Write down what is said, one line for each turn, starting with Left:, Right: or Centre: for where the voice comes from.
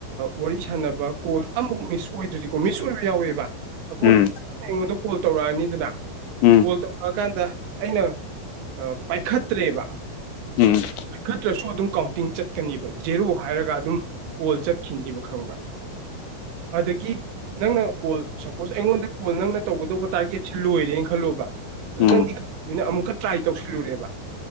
Right: ꯋꯥꯔꯤ ꯁꯥꯟꯅꯕ ꯀꯣꯜ ꯑꯃꯐꯥꯎ ꯃꯤꯁ ꯑꯣꯏꯗ꯭ꯗꯤꯀꯣ ꯃꯤꯁ ꯑꯣꯏ ꯌꯥꯎꯋꯦꯕ ꯁꯄꯣꯉꯣꯟꯗ
Left: ꯎꯝ
Right: ꯀꯣꯜ ꯇꯧꯔꯛꯑꯅꯤꯗꯅ
Left: ꯎꯝ
Right: ꯀꯣꯜ ꯇꯧꯔꯛꯑꯀꯥꯟꯗ ꯑꯩꯅ ꯄꯥꯏꯈꯠꯇ꯭ꯔꯦꯕ
Left: ꯎꯝ
Right: ꯈꯠꯇ꯭ꯔꯁꯨ ꯑꯗꯨꯝ ꯀꯥꯎꯟꯇꯤꯡ ꯆꯠꯀꯅꯦꯕ ꯖꯦꯔꯣ ꯍꯥꯏꯔꯒ ꯑꯗꯨꯝ ꯀꯣꯜ ꯆꯠꯈꯤꯅꯦꯕ ꯈꯪꯕ꯭ꯔ
Left: <unintelligible>
Right: ꯑꯗꯒꯤ ꯅꯪꯅ ꯀꯣꯜ ꯁꯄꯣꯁ ꯑꯩꯉꯣꯟꯗ ꯀꯣꯜ ꯅꯪꯅ ꯇꯧꯒꯗꯧꯕ ꯇꯥꯔꯒꯦꯠꯁꯤ ꯂꯣꯏꯔꯦꯅ ꯈꯜꯂꯣꯕ ꯑꯗꯨ ꯅꯪꯗꯤ
Left: ꯎꯝ
Right: ꯈꯪꯕꯅꯤꯅ ꯑꯃꯨꯛꯀ ꯇ꯭ꯔꯥꯏ ꯇꯧꯁꯤꯜꯂꯨꯔꯦꯕ